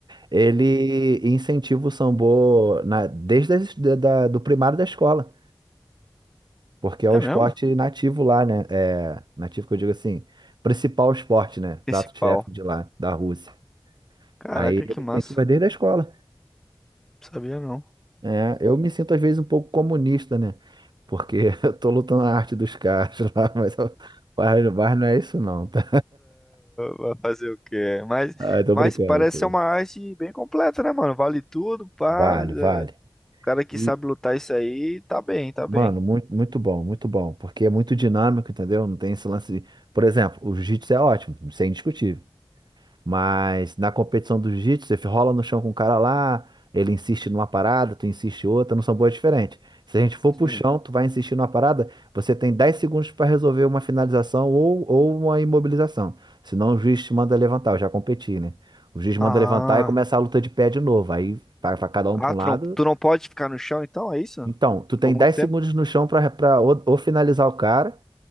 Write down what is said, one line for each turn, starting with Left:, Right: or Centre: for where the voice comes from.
Right: Ele incentiva o sambô na, desde as, da, da- do primário da escola, porque é o
Centre: É
Right: esporte
Centre: mesmo?
Right: nativo lá, né? É, nativo que eu digo assim, principal esporte, né?
Centre: Principal.
Right: Prato-chefe de lá, da Rússia.
Centre: Caraca,
Right: Aí
Centre: que
Right: ele
Centre: massa.
Right: incentiva desde a escola.
Centre: Não Sabia não.
Right: É, eu me sinto às vezes um pouco comunista, né? Porque <laughs> eu tô lutando a arte dos caras <laughs> lá, mas, eu- mas não é isso não, tá?
Centre: Vai fazer o quê? Mas,
Right: Ah, eu tô
Centre: mas
Right: brincando,
Centre: parece
Right: pô.
Centre: ser uma arte bem completa, né, mano? Vale tudo, pá.
Right: Vale,
Centre: É,
Right: vale.
Centre: O cara que
Right: E,
Centre: sabe lutar isso aí, tá bem, tá
Right: mano,
Centre: bem.
Right: muito, muito bom, muito bom. Porque é muito dinâmico, entendeu? Não tem esse lance de... Por exemplo, o jiu-jitsu é ótimo, isso é indiscutível. Mas na competição do jiu-jitsu, você rola no chão com o cara lá, ele insiste numa parada, tu insiste outra, não são boas diferentes. Se a gente for
Centre: Sim.
Right: pro chão, tu vai insistir numa parada, você tem 10 segundos para resolver uma finalização ou, ou uma imobilização. Senão o juiz te manda levantar, eu já competi, né? O juiz manda
Centre: Ah.
Right: levantar e começa a luta de pé de novo. Aí vai pra cada um
Centre: Ah,
Right: pra um
Centre: tu
Right: lado
Centre: não, tu não pode ficar no chão então, é isso?
Right: Então, tu tem
Centre: Por
Right: 10
Centre: muito tempo?
Right: segundos no chão pra, pra ou, ou finalizar o cara,